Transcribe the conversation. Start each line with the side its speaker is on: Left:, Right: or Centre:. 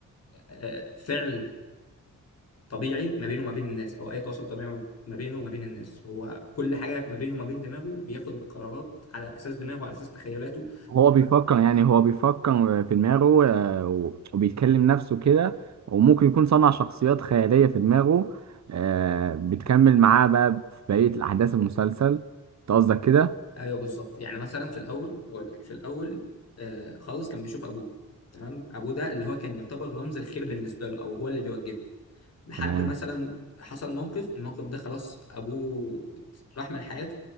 Left: آه، فعل طبيعي ما بينه وما بين الناس أو أي تواصل طبيعي ما بينه وما بين الناس هو كل حاجة ما بينه وما بين دماغه بياخد القرارات على أساس دماغه على أساس تخيلاته
Right: هو بيفكر يعني هو بيفكر في دماغه آه، و- وبيتكلم نفسه كده وممكن يكون صنع شخصيات خيالية في دماغه آه، بتكمل معاه بقى في بقية الأحداث المسلسل أنت قصدك كده؟
Left: أيوه بالظبط يعني مثلا في الأول أقول لك في الأول آه، خالص كان بيشوف أبوه تمام أبوه ده اللي هو كان يعتبر رمز الخير بالنسبة له أو هو اللي بيوجهه لحد
Right: تمام
Left: مثلا حصل موقف الموقف ده خلاص ابوه راح من حياته